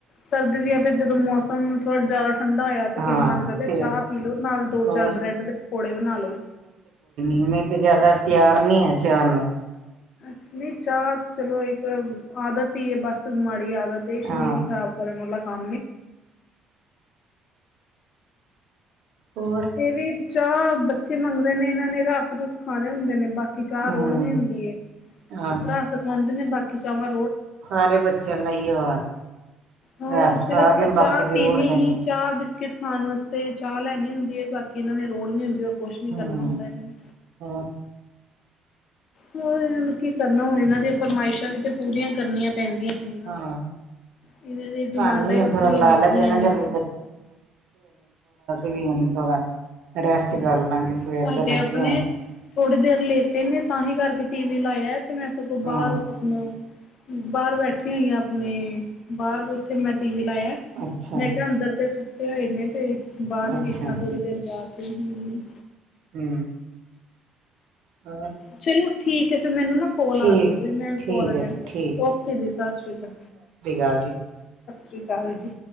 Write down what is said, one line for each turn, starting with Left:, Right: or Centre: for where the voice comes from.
Left: ਸਰਦੀ ਚ ਜਾਂ ਫੇਰ ਜਦੋਂ ਮੌਸਮ ਥੋੜਾ ਜਿਆਦਾ। ਠੰਡਾ ਆਇਆ ਤੇ ਫਿਰ
Right: ਹਾਂ
Left: ਮਨ ਕਰਦਾ ਹੈ
Right: ਫੇਰ
Left: ਚਾਹ ਪੀ ਲਓ। ਨਾਲ ਦੋ
Right: ਹੋਰ
Left: ਚਾਰ ਬ੍ਰੈਡ ਦੇ ਪਕੌੜੇ ਬਣਾ ਲਓ।
Right: ਮੈਨੂੰ ਤੇ ਜ਼ਿਆਦਾ ਪਿਆਰ ਨੀ ਹੈ। ਚਾਹ ਨੂੰ
Left: <inaudible> ਚਾਹ ਚਲੋ ਇੱਕ ਆਦਤ ਹੀ ਹੈ ਬਸ ਮਾੜੀ ਆਦਤ ਹੈ ਸ਼ਰੀਰ
Right: ਹਾਂ
Left: ਹੀ ਖ਼ਰਾਬ ਕਰਨ ਵਾਲਾ <unintelligible>
Right: ਹੋਰ
Left: ਇਹ ਵੀ ਚਾਹ ਬੱਚੇ ਮੰਗਦੇ ਨੇ, ਇਹਨਾਂ ਨੇ ਰੱਸ-ਰੁੱਸ ਖਾਣੇ ਹੁੰਦੇ ਨੇ ਬਾਕੀ ਚਾਹ
Right: ਹੂੰ
Left: ਰੋੜਨੀ ਹੁੰਦੀ ਹੈ।
Right: ਹਾਂ
Left: ਰੱਸ ਖਵਾਉਂਦੇ ਨੇ ਬਾਕੀ ਚਾਹਵਾਂ
Right: ਸਾਰੇ ਬੱਚਿਆਂ ਦਾ ਇਹੀ ਹਾਲ ਹੈ।
Left: ਹੋਰ
Right: ਰਸ
Left: ਸਿਰਫ਼
Right: ਖਾ ਕੇ ਬਾਕੀ
Left: ਚਾਹ
Right: ਦੀ
Left: ਪੀਣੀ
Right: ਰੋੜਦੇ
Left: ਹੀ
Right: ਨੇ
Left: ਚਾਹ। ਬਿਸਕਿਟ ਖਾਣ ਵਾਸਤੇ ਚਾਹ ਲੈਣੀ ਹੁੰਦੀ ਹੈ। ਬਾਕੀ ਇਹਨਾਂ ਨੇ ਰੋੜਨੀ ਹੁੰਦੀ ਹੈ ਕੁਛ ਨੀ
Right: ਹੂੰ
Left: ਕਰਨਾ ਹੁੰਦਾ ਇਹਨਾਂ ਨੇ।
Right: ਹੋਰ
Left: ਹੋਰ ਇਹਨਾਂ ਨੇ ਕੀ ਕਰਨਾ ਹੁਣ ਇਹਨਾਂ ਦੀਆਂ ਫਰਮਾਇਸ਼ਾਂ ਵੀ ਤੇ ਪੂਰੀਆਂ ਕਰਨੀਆਂ ਪੈਂਦੀਆਂ ਹੀ ਨੇ ਨਾ।
Right: ਹਾਂ
Left: ਇਹਨਾਂ ਦੀ ਡਿਮਾਂਡਾਂ
Right: ਸਾਨੂੰ ਵੀ
Left: ਹੀ
Right: ਹੁਣ
Left: ਵੱਖਰੀਆਂ-ਵੱਖਰੀਆਂ
Right: ਥੋੜਾ ਲਾਲਚ ਹੈ ਨਾ
Left: ਨੇ।
Right: ਚੱਲ ਨਹੀਂ ਹੁਣ ਥੋੜਾ। ਰੈਸਟ ਕਰ ਲਾਂਗੇ ਸਵੇਰ
Left: ਸਾਡੇ
Right: ਦੇ ਲੱਗੇ
Left: ਆਪਣੇ
Right: ਹੋਏ
Left: ਥੋੜੀ ਦੇਰ ਲੇਟੇ ਨੇ ਤਾਂ ਹੀ ਕਰਕੇ ਟੀ ਵੀ। ਲਾਇਆ ਤੇ ਮੈਂ ਸਗੋਂ
Right: ਹਾਂ
Left: ਬਾਹਰ ਆਪਣਾ, ਬਾਹਰ ਬੈਠੀ ਹੋਈ ਹਾਂ ਆਪਣੇ ਬਾਹਰ ਉੱਥੇ ਮੈਂ ਟੀ ਵੀ ਲਾਇਆ।
Right: ਅੱਛਾ
Left: ਮੈਂ ਕਿਹਾ ਅੰਦਰ ਤੇ ਸੁਤੇ ਹੋਏ ਨੇ ਤੇ ਬਾਹਰ ਹੀ
Right: ਅੱਛਾ
Left: ਘਰ ਜਾ ਕੇ ਹਮ।
Right: ਹੂੰ ਹੋਰ
Left: ਚਲੋ ਠੀਕ ਹੈ। ਤੇ ਮੈਨੂੰ ਨਾ ਕੋਲ
Right: ਠੀਕ
Left: ਆ ਰਹੀ ਹੈ ਕੋਈ ਤੇ ਮੈਂ
Right: ਠੀਕ
Left: ਕੌਲ ਅਟੈਂਡ
Right: ਹੈ ਜੀ
Left: ਕਰਲਾ,
Right: ਠੀਕ
Left: ਓਕੇ ਜੀ ਸਤਿ ਸ਼੍ਰੀ ਅਕਾਲ।
Right: ਹੈਲੋ ਜੀ।
Left: <inaudible> ਸ਼੍ਰੀ ਅਕਾਲ ਜੀ।